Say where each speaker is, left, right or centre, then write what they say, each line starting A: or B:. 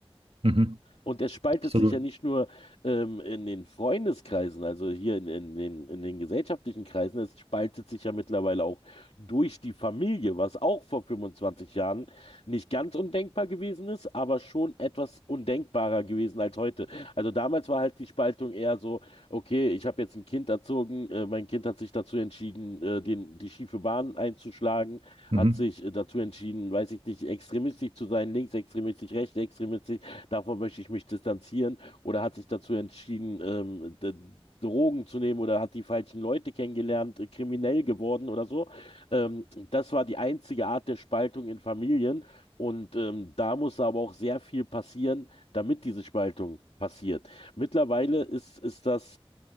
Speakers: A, on the right; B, on the left.
A: Mhm.
B: Und er spaltet
A: Absolut.
B: sich ja nicht nur ähm, in den Freundeskreisen, also hier in, in den, in den gesellschaftlichen Kreisen, es spaltet sich ja mittlerweile auch durch die Familie, was auch vor 25 Jahren nicht ganz undenkbar gewesen ist, aber schon etwas undenkbarer gewesen als heute. Also damals war halt die Spaltung eher so, okay, ich habe jetzt ein Kind erzogen, äh, mein Kind hat sich dazu entschieden, äh, den, die schiefe Bahn einzuschlagen,
A: Mhm.
B: hat sich äh, dazu entschieden, weiß ich nicht, extremistisch zu sein, linksextremistisch, rechtsextremistisch davon möchte ich mich distanzieren oder hat sich dazu entschieden, ähm, d- Drogen zu nehmen oder hat die falschen Leute kennengelernt, äh, kriminell geworden oder so. Ähm, das war die einzige Art der Spaltung in Familien und ähm, da muss aber auch sehr viel passieren, damit diese Spaltung passiert. Mittlerweile ist, ist das